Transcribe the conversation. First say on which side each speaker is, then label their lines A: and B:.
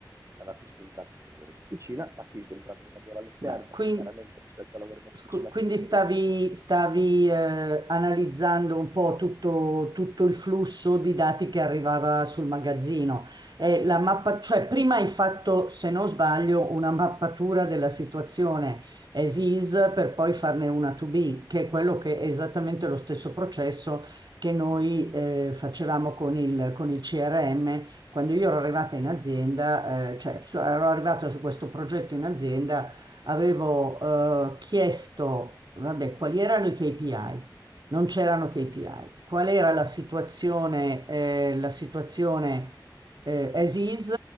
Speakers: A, on the right (about 40°); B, on the right (about 60°).
A: La fiche d'entrata del lavoro in officina, la fiche d'entrata del lavoro all'esterno,
B: Ma quindi
A: che chiaramente rispetto al lavoro in officina
B: Scu- Quindi
A: si differiva
B: stavi,
A: nel...
B: stavi, eh, analizzando un po' tutto, tutto il flusso di dati che arrivava sul magazzino. E la mappa, cioè prima hai fatto, se non sbaglio, una mappatura della situazione as is per poi farne una to be, che è quello che è esattamente lo stesso processo che noi eh, facevamo con il, con il CRM. Quando io ero arrivata in azienda, eh, cioè su- ero arrivata su questo progetto in azienda avevo eh, chiesto, vabbè, quali erano i KPI? Non c'erano KPI. Qual era la situazione, eh, la situazione eh, as is